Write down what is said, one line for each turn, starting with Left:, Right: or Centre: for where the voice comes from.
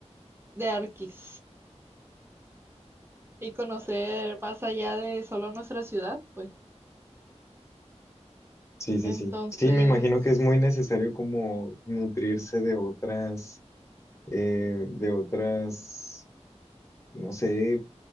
Right: de arquis y conocer más allá de solo nuestra ciudad, pues.
Left: Sí, sí,
Right: Entonces,
Left: sí. Sí, me imagino que es muy necesario como nutrirse de otras, eh, de otras, no sé,